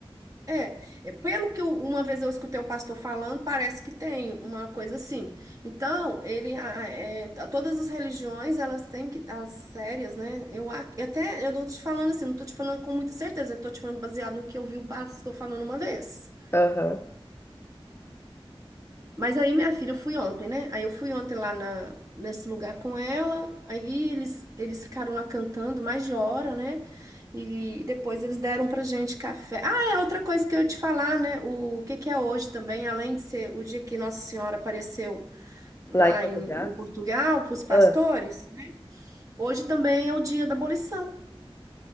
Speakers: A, on the right; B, on the left.
A: É, é, pelo que eu- uma vez eu escutei o pastor falando, parece que tem uma coisa assim. Então, ele, a- a- é, t- todas as religiões, elas têm que, as sérias, né? Eu a- eu até, eu tô te falando assim, não tô te falando com muita certeza, eu tô te falando baseado no que eu vi o pastor falando uma vez.
B: Aham.
A: Mas aí, minha filha, eu fui ontem, né? Aí eu fui ontem lá na, nesse lugar com ela. Aí eles, eles ficaram lá cantando mais de hora, né? E depois eles deram pra gente café. Ah, é outra coisa que eu ia te falar, né? O que que é hoje também, além de ser o dia que Nossa Senhora apareceu lá
B: Lá em Portugal.
A: em, em Portugal para os pastores,
B: Ah,
A: né? Hoje também é o dia da abolição